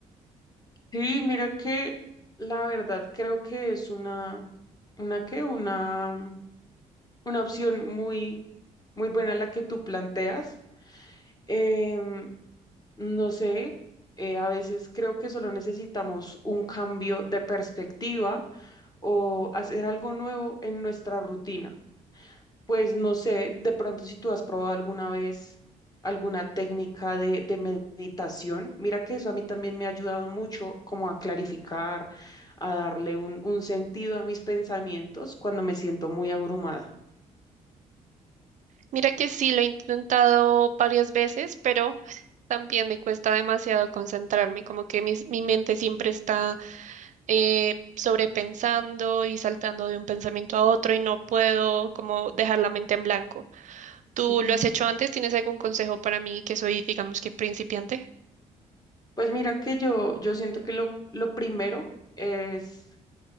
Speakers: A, on the left; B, on the right.
A: Sí, mira que la verdad creo que es una, una que, una, una opción muy, muy buena la que tú planteas. Em, no sé, eh, a veces creo que solo necesitamos un cambio de perspectiva o hacer algo nuevo en nuestra rutina. Pues no sé, de pronto si tú has probado alguna vez alguna técnica de, de meditación, mira que eso a mí también me ha ayudado mucho como a clarificar, a darle un, un sentido a mis pensamientos cuando me siento muy abrumada.
B: Mira que sí, lo he intentado varias veces, pero <laughs> también me cuesta demasiado concentrarme, como que mis- mi, mente siempre está eh, sobrepensando y saltando de un pensamiento a otro y no puedo como dejar la mente en blanco. ¿Tú
A: Mm,
B: lo has hecho antes? ¿Tienes algún consejo para mí que soy, digamos que principiante?
A: Pues mira que yo, yo siento que lo, lo primero es